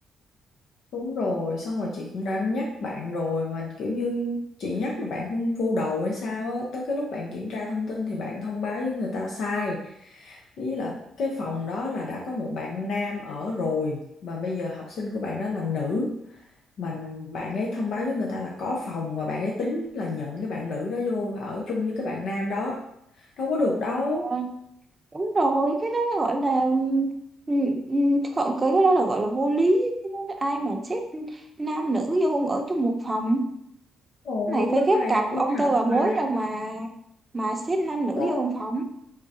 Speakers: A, on the left (about 70°); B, on the right (about 20°).
A: Đúng rồi, xong rồi chị cũng đã nhắc bạn rồi mà kiểu như chị nhắc rồi bạn không vô đầu hay sao á, tới cái lúc bạn kiểm tra thông tin thì bạn thông báo với người ta sai. Ý là cái phòng đó là đã có một bạn nam ở rồi mà bây giờ học sinh của bạn đó là nữ mà bạn ấy thông báo với người ta là có phòng và bạn ấy tính là nhận cái bạn nữ đó vô ở chung với cái bạn nam đó. Đâu có được đâu.
B: Ờ, đúng rồi cái đó gọi là ừm, ừm, gọi- cái đó là gọi là vô lý Cái đó- là ai mà xếp nam nữ vô ở trong một phòng
A: Rồi
B: này phải
A: bên
B: ghép
A: này
B: cặp
A: đi
B: ông tơ
A: học
B: bà
A: mà.
B: mối đâu mà mà xếp nam nữ
A: Đó
B: vô một phòng